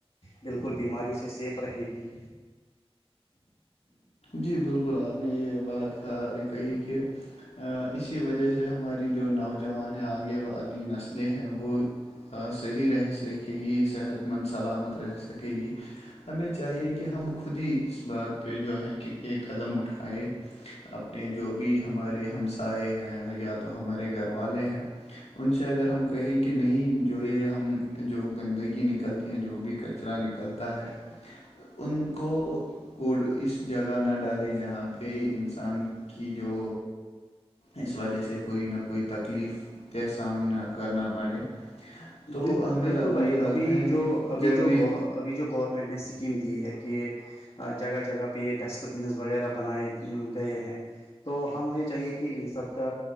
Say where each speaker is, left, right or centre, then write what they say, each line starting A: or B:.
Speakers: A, on the left; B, on the left.
A: بالکل بیماریوں سے سیف رہے گی
B: جی بالکل آپ نے یہ بات کہا کہی کہ اسی وجہ سے ہماری جو نوجوان ہے آگے والی نسلیں ہیں وہ صحیح رہ سکے گی صحت مند سلامت رہ سکے گی ہمیں چاہیے کہ ہم خود ہی اس بات پہ جو ہے کہ ایک قدم اٹھائے اپنے جو بھی ہمارے ہمسائے ہیں یا تو ہمارے گھر والے ہیں ان سے اگر ہم کہیں کہ نہیں جو یہ ہم جو گندگی نکلتی ہیں جو بھی ک کچرا نکلتا ہے
A: ہ
B: ان کو کوڈ اس جگہ نہ ڈالے جہاں پہ انسان کی جو اس وجہ سے کوئی نہ کوئی تکلیف کا سامنا کرنا پڑے تو
A: بالکل
B: ہمیں
A: بالکل
B: لگ-
A: بھائی
B: مجھے لگتا
A: ابھی
B: ہے
A: جو
B: کہ
A: ابھی
B: جب
A: جو
B: بھی
A: ابھی جو گورنمنٹ نے اسکیم دی ہے کہ جگہ جگہ پہ یہ ڈسٹ بنز وغیرہ بنائے گئے ہیں تو ہم یہ چاہیے کہ ان سب کا